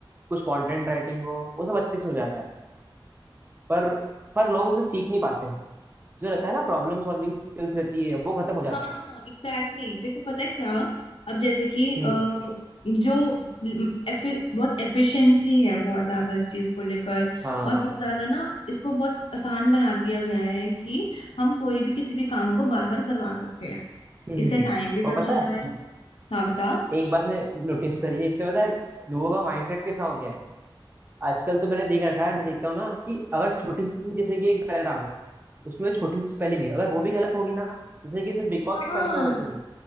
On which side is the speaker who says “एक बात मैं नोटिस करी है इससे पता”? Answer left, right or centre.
Right